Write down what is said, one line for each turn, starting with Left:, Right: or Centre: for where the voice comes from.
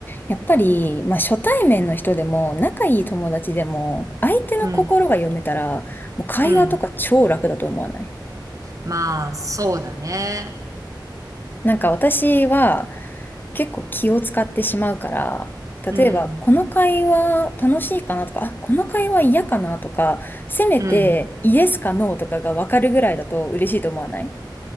Left: やっぱり、まあ、初対面の人でも、仲いい友達でも、相手の心が読めたら、
Right: うん、
Left: もう会話とか超楽だと思わない
Right: うん。まあ、そうだね。
Left: なんか私は結構気を使ってしまうから、
Right: うん、
Left: 例えばこの会話楽しいかなとか、あ、この会話嫌かなとか、せめてイエスかノーとかがわかるぐらいだと嬉しいと思わない
Right: うん。